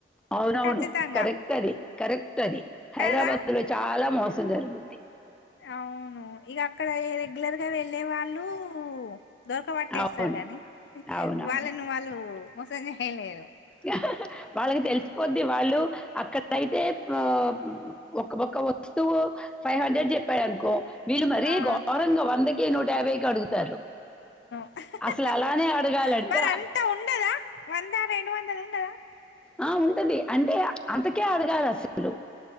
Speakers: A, in the centre; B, on the left.
A: అవునవును.
B: ఖచ్చితంగా
A: కరెక్ట్ అది, కరెక్ట్ అది. హైదరాబాద్
B: కదా
A: లో చాలా మోసం. తున జరుగుది.
B: అవును, ఇక అక్కడ ఎ రెగ్యులర్గా వెళ్లే వాళ్లు. దూరక పట్టేస్తారు
A: అవును
B: గానీ,
A: అవునవును
B: వాళ్లను వాళ్లు మోసం చేయలేరు.
A: హాహాహా, వాళ్లకి తెలిసిపోద్ది. వాళ్లు అక్కడైతే పో. ఒక్క బోక్క వస్తువు, ఫైవ్ హండ్రెడ్ చెప్పాడునుకో. వీళ్లు మరీ
B: ఆ
A: ఘోరంగా, వందకి నూటయాభైకి అడుగుతారు.
B: హాహాహా,
A: అసలు అలానే అడగాలంట
B: మరి అంతా ఉండదా? వంద, రెండు వందలు ఉండదా?
A: ఆ ఉంటది. అంటే అంతకే అడగాలి అసలు.